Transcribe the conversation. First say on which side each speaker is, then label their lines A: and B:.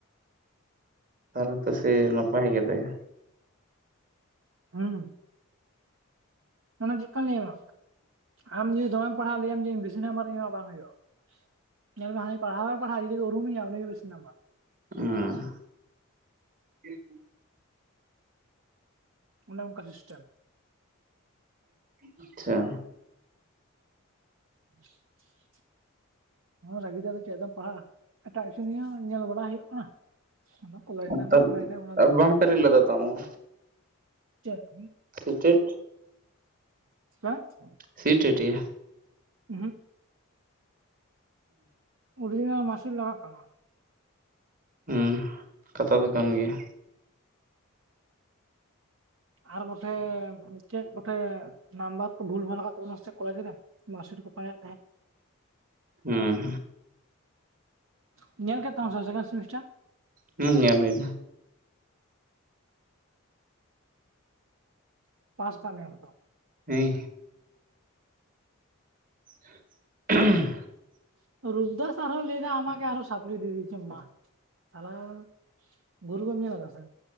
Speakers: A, on the right; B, on the right.
A: ᱛᱟᱦᱚᱞᱮ ᱛᱚ ᱥᱮ ᱱᱟᱯᱟᱭ ᱠᱟᱛᱟᱭᱟ
B: ᱦᱩᱸ ᱚᱱᱟ ᱪᱤᱠᱚᱱ ᱞᱟᱹᱭ ᱵᱟᱝ ᱟᱢ ᱡᱩᱫᱤ ᱫᱚᱢᱮᱢ ᱯᱟᱲᱦᱟᱜ ᱞᱟᱹᱭᱭᱟᱢ ᱡᱮᱧ ᱵᱮᱥᱤ ᱱᱟᱢᱟᱨᱤᱧᱟ ᱵᱟᱝ ᱦᱩᱭᱩᱜᱼᱟ ᱧᱮᱞ ᱢᱮ ᱦᱟᱱᱮ ᱯᱟᱲᱦᱣ ᱵᱟᱭ ᱯᱟᱲᱦᱟᱣᱜ ᱡᱩᱫᱤ ᱠᱚ ᱩᱨᱩᱭᱮᱭᱟ ᱩᱱᱤ ᱜᱮ ᱡᱟᱹᱥᱛᱤ ᱱᱟᱢᱵᱟᱨ
A: ᱚ
B: ᱚᱱᱮ ᱚᱱᱠᱟ ᱥᱤᱥᱴᱮᱢ
A: ᱟᱪᱪᱷᱟ
B: <inaudible> ᱨᱟᱹᱜᱤ ᱫᱟ ᱫᱚ ᱪᱮᱫ ᱫᱚᱢ ᱯᱟᱲᱦᱟᱜᱼᱟ ᱮᱴᱟᱜᱪᱩᱱᱤᱭ ᱧᱮᱞ ᱵᱟᱲᱟ ᱦᱩᱭᱩᱜ ᱠᱟᱱᱟ ᱟᱫᱚ ᱠᱚᱞᱮᱡᱽ ᱨᱮᱱᱟᱜ
A: ᱟᱪᱪᱷᱟ
B: ᱫᱚ ᱠᱚᱞᱮᱡᱽ ᱨᱮ ᱢᱮᱱᱟᱜ-ᱟ
A: ᱵᱟᱢ ᱯᱮᱨᱮᱡ ᱞᱮᱫᱟ ᱛᱚ ᱟᱢ ᱦᱚᱸ
B: ᱪᱮᱫ
A: ᱥᱤᱴᱮᱴ
B: ᱪᱮᱫ
A: ᱥᱤᱴᱮᱴ-ᱟ
B: ᱦᱩᱸ ᱚᱨᱤᱡᱤᱱᱟᱞ ᱢᱟᱥᱩᱨ ᱞᱟᱜᱟᱜ ᱠᱟᱱᱟ
A: ᱦᱮᱸ ᱠᱟᱛᱷᱟ ᱫᱚ ᱠᱟᱱ ᱜᱮᱭᱟ
B: ᱟᱨ ᱢᱚᱴᱮ ᱪᱮᱫ ᱱᱟᱢᱵᱟᱨ ᱠᱚ ᱵᱷᱩᱞ ᱵᱷᱷᱟᱞ ᱟᱠᱟᱫ ᱛᱟᱵᱚᱱᱟ ᱥᱮ ᱠᱚᱞᱮᱡᱽ ᱨᱮ ᱢᱟᱨᱥᱤᱴ ᱠᱚ ᱯᱟᱸᱡᱮᱫ ᱛᱟᱦᱮᱸᱫ
A: ᱦᱮᱸ
B: ᱧᱮᱞ ᱠᱟᱠ ᱛᱟᱢᱟᱢ ᱥᱮ ᱥᱮᱠᱮᱱᱰ ᱥᱮᱢᱤᱥᱴᱟᱹᱨ
A: ᱦᱮᱸ ᱧᱮᱞ ᱦᱩᱭ ᱮᱱᱟ
B: ᱯᱟᱥ ᱟᱠᱟᱫ ᱞᱮᱭᱟ ᱠᱚ ᱛᱚ
A: ᱦᱚᱭ <inaudible>
B: <unintelligible> ᱨᱩᱯᱫᱟᱥ ᱟᱨᱟᱨ ᱦᱚᱸ ᱞᱟᱹᱭ ᱫᱟ ᱟᱢᱟ ᱠ ᱟᱨᱦᱚᱸ ᱥᱟᱯᱲ ᱫᱤᱤ ᱢᱟ ᱥᱟᱞᱟᱜ ᱜᱩᱨᱩ ᱜᱚᱢ ᱧᱮᱞ ᱠᱟᱫᱟ ᱥᱮ